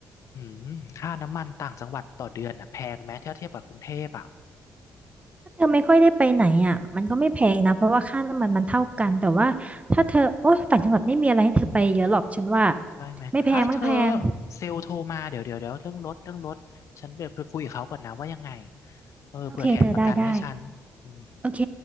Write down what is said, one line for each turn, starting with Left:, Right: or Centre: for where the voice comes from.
Left: อืมค่าน้ำมันต่างจังหวัดต่อเดือนอ่ะแพงไหมถ้าเทียบกับกรุงเทพอ่ะ
Right: ถ้าเธอไม่ค่อยได้ไปไหนอ่ะมันก็ไม่แพงนะเพราะว่าค่าน้ำมันมันเท่ากันแต่ว่าถ้าเธอโอ๊ยต่างจังหวัดไม่มีอะไรให้เธอไปเยอะหรอกฉันว่า
Left: อืมใช่ไหมไอ้ยเธอ
Right: ไม่แพงไม่แพง
Left: เซลล์โทรมาเดี๋ยวเดี๋ยวเดี๋ยวเรื่องรถเรื่องรถฉันไปคุยกับเขาก่อนนะว่ายังไงเออเผื่อแถมประกันให้ฉันอืม
Right: โอเคเธอได้ได้โอเค